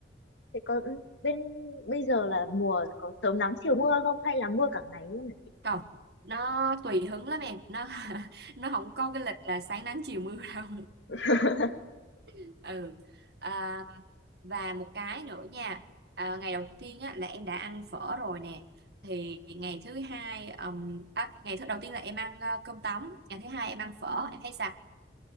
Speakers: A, on the left; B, on the right.
A: thì có ừ, bên bây giờ là mùa có sớm nắng chiều mưa không hay là mưa cả ngày luôn hả chị
B: còn nó tùy hứng lắm em nó <laughs> nó không có cái lịch là sáng nắng chiều mưa đâu
A: <laughs>
B: <laughs> ừ à, và một cái nữa nha à, ngày đầu tiên á, là em đã ăn phở rồi nè thì ngày thứ hai ừm, à, ngày thứ đầu tiên là em ăn ờ, cơm tấm ngày thứ hai em ăn phở em thấy sao